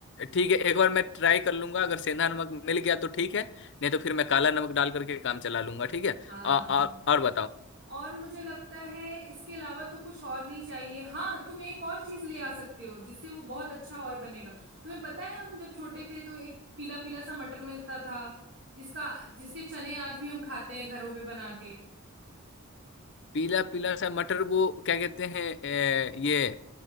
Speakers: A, on the left; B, on the right.
A: ठीक है एक बार मैं ट्राई कर लूंगा अगर सेंधा नमक मिल गया तो ठीक है नहीं तो फिर मैं काला नमक डाल करके काम चला लूंगा ठीक है
B: हाँ
A: आ,
B: हाँ
A: आ,
B: हाँ
A: और बताओ
B: और मुझे लगता है इसके अलावा तो कुछ और नहीं चाहिए हाँ तुम एक और चीज ले आ सकते हो जिससे वो बहुत अच्छा और बनेगा तुम्हें पता है हम जब छोटे थे तो एक पीला पीला सा मटर मिलता था जिसका जिसके चने आज भी हम खाते हैं घरों पे बना के
A: पीला पीला सा मटर वो क्या कहते हैं ए, ये